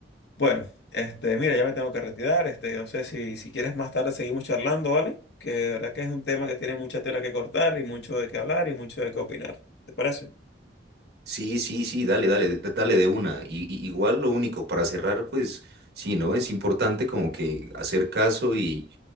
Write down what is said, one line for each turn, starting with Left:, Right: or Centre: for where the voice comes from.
Left: bueno, este, mira, ya me tengo que retirar. Este, no sé si, si quieres más tarde seguimos charlando, ¿vale? Que de verdad que es un tema que tiene mucha tela que cortar y mucho de qué hablar y mucho de qué opinar. ¿Te parece?
Right: Sí, sí, sí, dale, dale, de- dale de una. Y, y- igual lo único, para cerrar, pues sí, ¿no? Es importante como que hacer caso y,